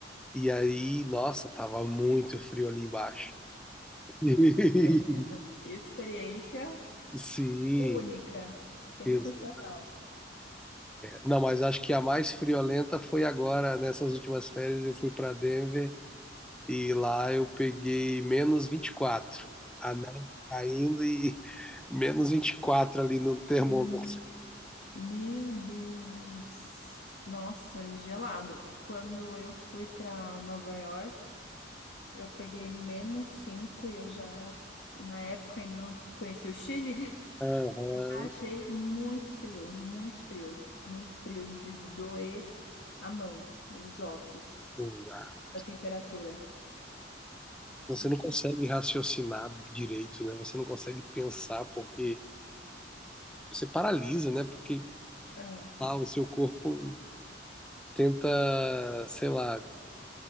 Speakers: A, in the centre; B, on the left.
A: E aí, nossa, tava muito frio ali embaixo. <laughs>
B: Imagina. Que experiência
A: Sim,
B: Única. Sensacional.
A: isso. Não, mas acho que a mais friolenta foi agora, nessas últimas férias, eu fui para Denver e lá eu peguei menos 24. A neve caindo e <laughs> menos 24 ali no termômetro.
B: Hum, Meu Deus. Nossa, gelado. Quando eu fui para Nova York, eu peguei menos 5 e eu já, na época, ainda não conhecia o Chile.
A: Aham,
B: <laughs> e Já achei muito frio, muito frio, muito frio de doer a mão, os ossos,
A: exato.
B: da temperatura.
A: Você
B: Então,
A: não consegue raciocinar direito, né? Você não consegue pensar porque você paralisa, né? Porque
B: é,
A: lá, o seu corpo tenta, sei lá,